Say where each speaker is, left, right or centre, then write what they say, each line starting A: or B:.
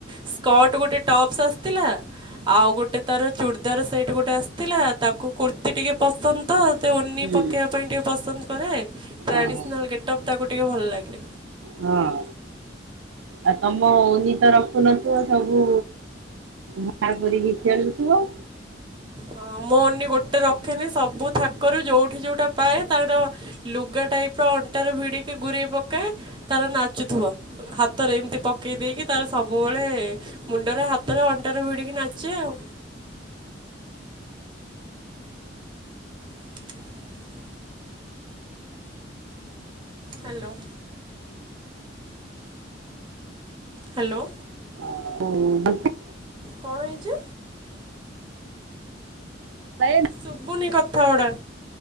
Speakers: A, on the right (about 25°); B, on the right (about 85°).
A: ସ୍କଟ୍ ଗୋଟେ ଟପ୍ସ୍ ଆସିଥିଲା। ଆଉ ଗୋଟେ ତାର ଚୁଡ଼ଦାର ସେଟ୍ ଗୋଟେ ଆସିଥିଲା। ତାକୁ କୁର୍ତ୍ତିୀ ଟିକେ ପସନ୍ଦ ତ ସେ ଓନି
B: ହୁଁ
A: ପକେଇବା ପାଇଁ ଟିକେ ପସନ୍ଦ କରେ। ଟ୍ରାଡିସ୍ନାଲ
B: ଓହୋ
A: ଗେଟଅପ୍ ତାକୁ ଟିକେ ଭଲ ଲାଗେ।
B: ହଁ। ଆଉ ତମ ଓନି ତ ରଖୁନଥିବ, ସବୁ ବାହାର କରିକି ଖେଳୁଥିବ।
A: ହଁ, ମୋ ଓନି ଗୋଟେ ରଖେନି, ସବୁ ଥାକରୁ ଯୋଉଠି ଯୋଉଠା ପାଏ ତାର ଲୁଗା ଟାଇପର ଅଣ୍ଟାରେ ଭିଡିକି ଗୁରେଇ ପକାଏ, ତାର ନାଚୁଥିବ। ହାତରେ ଏମିତି ପକେଇ ଦେଇକି ତାର ସବୁବେଳେ ମୁଣ୍ଡରେ, ହାତରେ, ଅଣ୍ଟାରେ ଭିଡିକି ନାଚେ ଆଉ। <inaudible> ହ୍ୟାଲୋ। ହ୍ୟାଲୋ।
B: <inaudible>
A: କଣ ହେଇଚି?
B: <unintelligible>
A: ଶୁଭୁନି କଥା ଗୁଡ଼ା।